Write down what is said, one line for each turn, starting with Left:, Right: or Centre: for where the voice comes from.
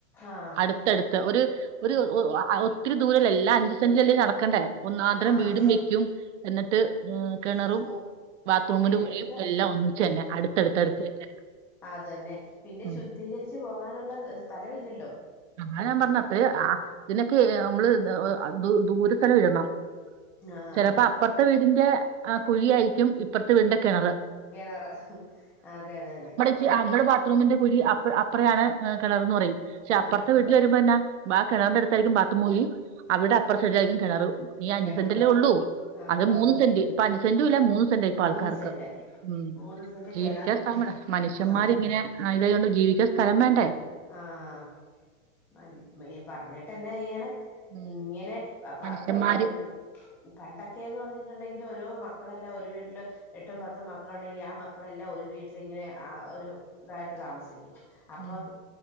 Centre: ആഹ്
Right: അടുത്തടുത്ത്
Centre: കെ
Right: ഒരു ഒരു ഒത്തിരി ദൂരലല്ലേ എല്ലാ അഞ്ചു സെന്റ ല്ല നടക്കണ്ടേ ഒന്നാന്തരം
Centre: ആഹ്
Right: വീടും വെക്കും എന്നിട്ട് ഏഹ് കിണറും
Centre: ഫു
Right: ബാത്റൂമിന്റെ
Centre: ഭൂമിയിലേക്ക്
Right: കുഴിയും എല്ലാം ഒന്നിച്ചു തന്നെ അടുത്തടുത്തടുത്ത് തന്നെ
Centre: അതന്നെ പിന്നെ
Right: ഉം
Centre: ശുദ്ധീകരിച്ച് പോകാനുള്ള സ്ഥലവില്ലല്ലോ
Right: അതാ ഞാൻ പറഞ്ഞ അപ്പയെ ആ ഇതിനൊക്കെ നമ്മള് ദൂ ദൂരെ തന്നെ ഇടണം
Centre: ആഹ്
Right: ചെലപ്പോ അപ്പറത്തെ വീടിന്റെ ആ കുഴി ആയിരിക്കും ഇപ്പറത്തെ വീടിന്റെ കിണറ്
Centre: കിണറ് അതെ അതെ അതെ
Right: പക്ഷ അവിടെ ബാത്റൂമിന്റെ കുഴി അപ്പ അപ്പറയാണ് കിണർന്ന് പറയും പക്ഷെ
Centre: ആഹ്
Right: അപ്പറ വീട്ടിൽ വരുമ്പോന്ന ആ കിണറിന്റെ അടുത്തായിരിക്കും ബാത്റൂം കുഴിയും അവിടെ അപ്പറ സൈഡിലായിരിക്കും കിണർ ഈ
Centre: കെണറ്
Right: അഞ്ചു സെന്റല്ലേ ഉള്ളൂ
Centre: ആഹ്
Right: അത് മൂന്ന്സെന്റ് ഇപ്പൊ അഞ്ച് സെന്റ്റൂല്ല മൂന്ന് സെന്റ ഇപ്പൊ
Centre: മൂന്ന്
Right: ആൾക്കാർക്ക്
Centre: സെന്റ്
Right: ഉം
Centre: മൂന്ന് സെന്റ്
Right: ജീവിക്കാ
Centre: കെണർ
Right: സ്ഥലം വേണ്ടേ മനുഷ്യന്മാരിങ്ങനെ
Centre: ആഹ്
Right: ആയ കൊണ്ട് ജീവിക്കാൻ സ്ഥലം വേണ്ടേ
Centre: ആഹ് മ പറഞ്ഞിട്ട്ന്നെ ചെയ്യാന
Right: ഉം
Centre: ഇങ്ങനെ അപ്പ
Right: മനുഷ്യന്മാര്
Centre: അതുവല്ല ഒരു പണ്ടൊക്കെന്ന് പറഞ്ഞിട്ടുണ്ടെങ്കിൽ ഓരോ മക്കളെല്ലാം ഒരു വീട്ടില് എട്ടും പത്തും മക്കളുണ്ടെങ്കി ആ മക്കളെല്ലാം ഒരു വീട്ടിലിങ്ങനെ ആ ഒരു ഇതായിട്ട് താമസിക്കും അപ്പൊ
Right: ഉം